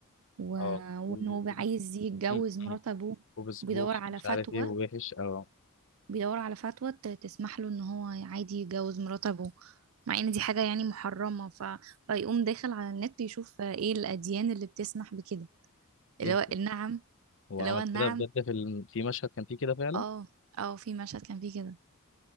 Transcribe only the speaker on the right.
و...
وان
هو عايز يتجوز
مرات
ابوه
بيدور على
فتوى
بيدور على فتوى ت- تسمح له ان هو عادي يتجوز مرات ابوه مع ان دي حاجة يعني محرمة ف... فيقوم داخل على النت يشوف ايه الاديان اللي بتسمح بكده
اللي
هو النعم
اللي
هو النعم
اه اه في مشهد كان فيه كده